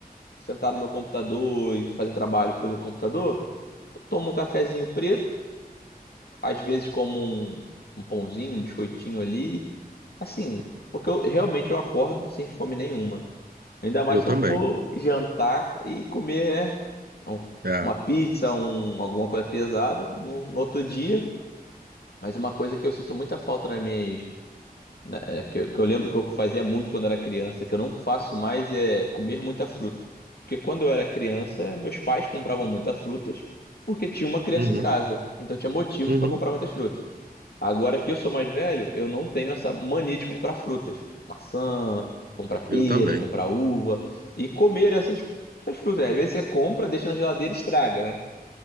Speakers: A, on the left; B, on the right.
A: sentar no meu computador e fazer trabalho pelo computador, eu tomo um cafezinho preto, às vezes como um, um pãozinho, um biscoitinho ali, assim, porque eu realmente eu acordo sem fome nenhuma. Ainda mais
B: Eu
A: se
B: também.
A: eu for jantar e comer, né, um-
B: É.
A: uma pizza, um, alguma coisa pesada no, no outro dia. Mas uma coisa que eu sinto muita falta nas minhas né, é, que, eu que eu lembro que eu fazia muito quando era criança, que eu não faço mais é comer muita fruta. Porque quando eu era criança, meus pais compravam muitas frutas porque tinha uma criança
B: Uhum.
A: em casa. Então tinha motivos
B: Uhum.
A: para comprar muitas frutas. Agora que eu sou mais velho, eu não tenho essa mania de comprar frutas. Maçã, comprar pera,
B: Eu também.
A: comprar uva e comer essas, essas frutas. né? Às vezes você compra, deixa na geladeira e estraga, né?